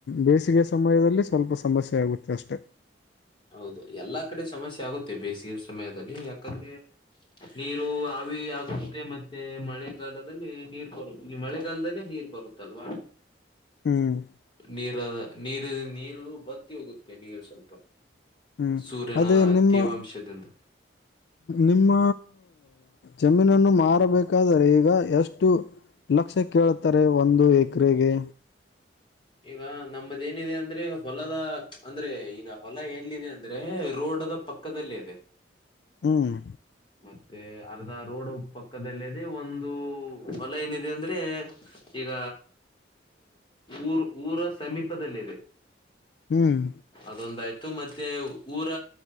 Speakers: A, on the left; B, on the left.
A: ಬೇಸಿಗೆ ಸಮಯದಲ್ಲಿ ಸ್ವಲ್ಪ ಸಮಸ್ಯೆ ಆಗುತ್ತೆ ಅಷ್ಟೆ
B: ಹೌದು ಎಲ್ಲಾ ಕಡೆ ಸಮಸ್ಯೆ ಆಗುತ್ತೆ ಬೇಸಿಗೆ ಸಮಯದಲ್ಲಿ ಯಾಕಂದ್ರೆ ನೀರು ಹವಿಆಗುತ್ತೆ ಮತ್ತೆ ಮಳೆಗಾಲದಲ್ಲಿ ನೀರ್ ಬರು ಮಳೆಗಾಲದಲ್ಲೇ ನೀರ್ ಬರುತ್ತಲ್ವಾ
A: ಹ್ಮ್
B: ನೀರ ನೀರು ನೀರು ಬತ್ತಿ ಹೋಗುತ್ತೆ ನೀರು ಸ್ವಲ್ಪ
A: ಹ್ಮ್
B: ಸೂರ್ಯನ
A: ಅದೇ ನಿಮ್ಮ
B: ತೇವಾಂಶದಿಂದ
A: ನಿಮ್ಮ ಜಮೀನನ್ನು ಮಾರಬೇಕಾದರೆ ಈಗ ಎಷ್ಟು ಲಕ್ಷ ಕೇೇಳುತ್ತಾರೆ ಒಂದು ಎಕರೆಗೆ
B: ಈಗ ನಮ್ಮದ ಏನಿದೆ ಅಂದ್ರೆ ಹೊಲದ ಅಂದ್ರೆ ಈಗ ಹೊಲ ಎಲ್ಲಿದೆ ಅಂದ್ರೆ ರೋಡ್ ಕೋಡದ ಪಕ್ಕದಲ್ಲೇ ಇದೆ
A: ಹ್ಮ್
B: ಮತ್ತೆ ಅರ್ಧ ರೋಡ್ ಪಕ್ಕದಲ್ಲದೆ ಒಂದು ಹೊಲ ಏನಿದೆ ಅಂದ್ರೆ ಈಗ ಊರು ಊರ ಸಮೀಪದಲ್ಲಿ ಇದೆ
A: ಹ್ಮ್
B: ಅದೊಂದಾಯ್ತು ಇ ಮತ್ತೆ ಊರ